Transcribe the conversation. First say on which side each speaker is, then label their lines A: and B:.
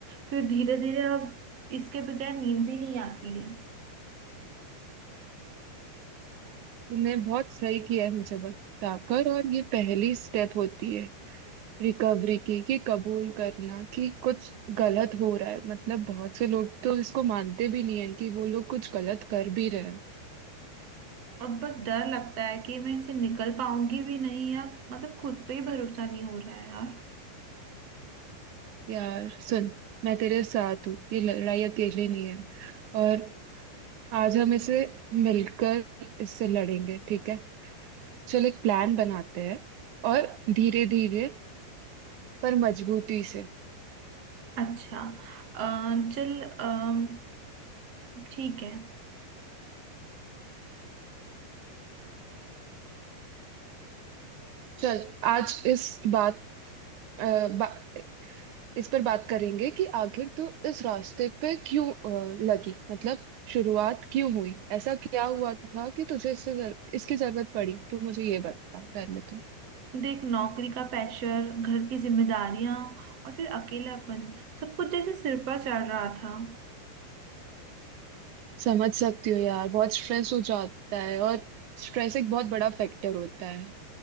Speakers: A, on the right; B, on the right.
A: फिर धीरे धीरे अब इसके बगैर नींद भी नहीं आती है
B: तूने बहुत सही किया है मुझे बताकर और ये पहली स्टेप होती है रिकवरी की कि कबूल करना कि कुछ गलत हो रहा है मतलब बहुत से लोग तो इसको मानते भी नहीं है कि वो लोग कुछ गलत कर भी रहे हैं
A: और बस डर लगता है कि मैं इसे निकल पाऊंगी भी नहीं यार मतलब खुद पे ही भरोसा नहीं हो रहा है यार
B: यार सुन मैं तेरे साथ हूँ ये लड़ाई अकेले नहीं है और आज हम इसे मिलकर इससे लड़ेंगे ठीक है चल एक प्लान बनाते हैं और धीरे धीरे पर मजबूती से
A: अच्छा अ, चल अम, ठीक है
B: चल आज इस बात अ, बा, इस पर बात करेंगे कि आखिर तू इस रास्ते पे क्यों अ, लगी मतलब शुरुआत क्यों हुई ऐसा क्या हुआ था कि तुझे इससे जर, इसकी जरूरत पड़ी तू मुझे ये बता पहले तो।
A: देख नौकरी का प्रेशर घर की जिम्मेदारियां और फिर अकेलापन सब कुछ जैसे सिर पर चढ़ रहा था
B: समझ सकती हो यार बहुत स्ट्रेस हो जाता है और स्ट्रेस एक बहुत बड़ा फैक्टर होता है